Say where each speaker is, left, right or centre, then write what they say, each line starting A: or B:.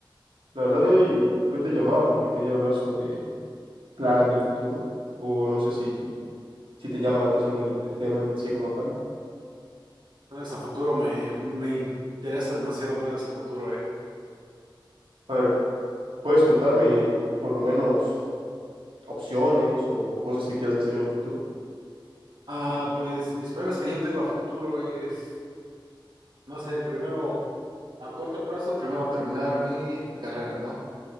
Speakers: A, on the right (about 85°); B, on the right (about 60°).
A: La verdad,
B: Ah, que
A: hoy, hoy te llamaba porque quería hablar sobre planes del futuro, o no sé si, si te llama la atención el, el tema en sí como tal.
B: planes a futuro me, me interesa demasiado planes a futuro, ¿eh?
A: A ver, ¿puedes contarme por lo menos opciones o cosas que quieras hacer en el futuro
B: Ah, pues mis planes que yo tengo a futuro es, no sé, primero a corto plazo, primero terminar mi carrera, ¿no?